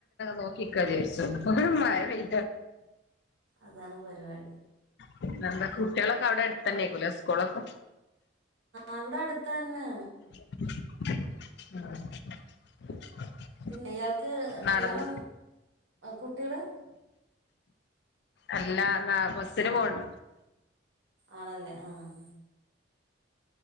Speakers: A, on the left (about 60°); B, on the right (about 80°).
A: നോക്കിക്ക വിചാര്ച്ചും മഴ ബെയ്യ്
B: അതാണ് പരിപാടി.
A: പിന്ന എന്താ കുട്ടികളൊക്കെ അവിടെ അടുത്തന്നെ ആയിക്കുലെ സ്കൂളൊക്കെ?
B: അവിടെ അടുത്തന്നെ.
A: <unintelligible>
B: പിന്നെ ഇയാൾക്ക്
A: നടന്ന്
B: ഇയാള കുട്ടികള്?
A: അല്ലന ബസിന് പോണം.
B: ആണല്ലേ ആഹ്